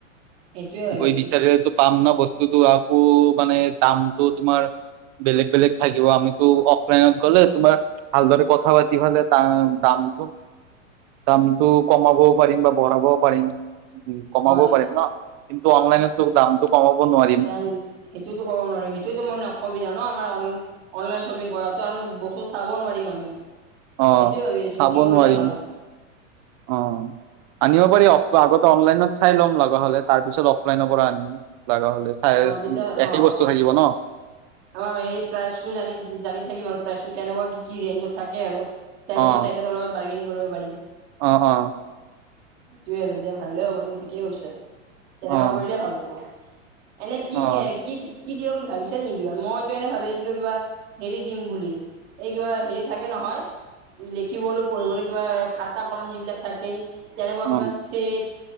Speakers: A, on the right; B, on the right.
A: সেইটোৱে ভাবিছো
B: গৈ বিচাৰেতো পাম ন বস্তুতটো আকৌ মানে দামতটো তোমাৰ বেলেগ বেলেগ থাকিব আমিতো অফলাইনত গ'লে তোমাৰ ভালদৰে কথা পাতি ফাললে তাৰ দামটো দামতটো কমাবও পাৰিম বা বঢ়াবও পাৰিম কমাবও
A: হয়।
B: পাৰিম ন কিন্তু অনলাইনেতো দাম কমাব নোৱাৰে
A: দাঙগি সেইটোতো ক'ব নোৱাৰিম সেইটোতো মানে অসুবিধা ন আমাৰ অনলাইন শ্বপিং কৰাটোো আৰু বস্তু চাবও নোৱাৰিম আমি
B: অ',
A: সেইটোয়ে ভাবি আছিলো
B: চাব
A: লু কি কৰিলে
B: নোৱাৰিম
A: ভাল হয়
B: অ আনিব পাৰি অ আগতে অনলাইনত চাই ল'ম লগা হলে তাৰ পিছত অফলাইনৰ পৰা আনিম লগা হলে
A: অ তেতিয়া অ
B: একেই বস্তু থাকিব ন
A: আমাৰ হেৰি প্ৰাইচটো জানি থাকিম আৰু প্ৰাইচটো কেনেকুৱা কি কি ৰেঞ্জত থাকে আৰু তাৰ
B: অ',
A: পিছত তেখেতৰ লগত বাৰ্গেং কৰিব পাৰিম
B: অ অ
A: তু আৰু দিয়া ভালে হ'ব তুমি ঠিকেই কৈছ তেনেকুৱা
B: অ',
A: কৰিলেই ভাল হ'ব এনে কি
B: অ'।
A: কি কি কি দিয় বুলি ভাবিছা নেকি কিবা মইতো এনে ভাবি আছিলো কিবা হেৰি দিম বুলি এই কিবা হেৰি থাকে নহয় লিখিবলৈ পঢ়িবলৈ কিবা খাতা কলম যিবিলাক থাকে তেনেকুৱা
B: অ',
A: কিবা চট